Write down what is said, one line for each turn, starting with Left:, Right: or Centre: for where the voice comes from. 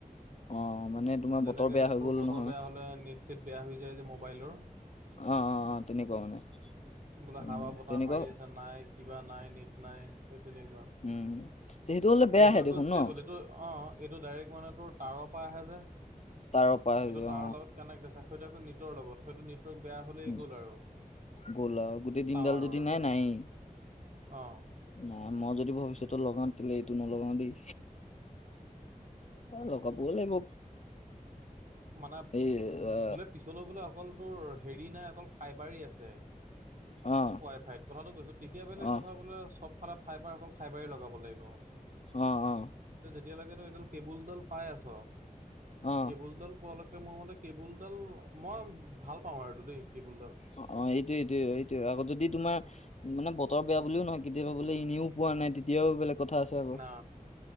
Left: অ মানে তোমাৰ বতৰ
Right: যেনেকে
Left: বেয়া হৈ
Right: তোৰ
Left: গ'ল
Right: বতৰ
Left: নহয়
Right: বেয়া হলে নেট চেট বেয়া হৈ যায় যে মোবাইলৰ।
Left: অ -অ -অ তেনেকুৱা মানে
Right: বোলে
Left: উম
Right: হাৱা বতাহ
Left: তেনেকুৱা
Right: মাৰি আছে নাই কিবা নাই নেট নাই। তেনেকুৱা
Left: উম তে সেইটো হ'লে বেয়াহে
Right: এইটো আকৌ
Left: দেখোন
Right: ষ্টেবল
Left: ন
Right: এইটো অ এইটো ডাইৰেক্ট মানে তোৰ। তাঁৰৰ পৰা আহে যে
Left: তাঁৰৰ পৰা হৈ
Right: এইটো
Left: যে
Right: তাঁৰৰ
Left: অ
Right: লগত কানেক্ট আছে সেইটো আকৌ নেটৰ লগত সেইটো নেট। নেটৱৰ্ক বেয়া হ'লেই
Left: উম,
Right: গ'ল আৰু
Left: গ'ল আৰু গোটেই দিনডাল
Right: টাৱাৰৰ
Left: যদি নাই
Right: ধৰ।
Left: নায়েই
Right: অ'
Left: নাই মই যদি ভৱিষ্যতত লগাও তেতিয়া এইটো নলগাওঁ দেই।
Right: <unintelligible>
Left: এ লগাবও লাগিব
Right: মানে
Left: এই অ
Right: বোলে পিছলৈ বোলে অকলটোৰ হেৰি নাই অকল ফাইবাৰেই আছে
Left: অ
Right: ৱাই ফাইত কথাটো কৈছো তেতিয়া বেলেগ
Left: অ
Right: কথা বোলে চব। ফালে ফাইবাৰ অকল ফাইবাৰে লগাব লাগিব
Left: অ -অ
Right: এতিয়ালৈকেতো এইডাল কেবুলডাল পাই আছ
Left: অ
Right: কেবুলডাল পোৱালৈকে। মোৰ মতে কেবুলডাল মই ভাল পাওঁ আৰু এইটো দেই। কেবুলডাল
Left: অ- অ এইটোয়ে এইটোয়ে এইটোয়ে আগত যদি তোমাৰ মানে বতৰ বেয়া বুলিও নহয় কেতিয়াবা বোলে এনেও। পোৱা নাই তেতিয়াও বেলেগ কথা আছে আকৌ।
Right: না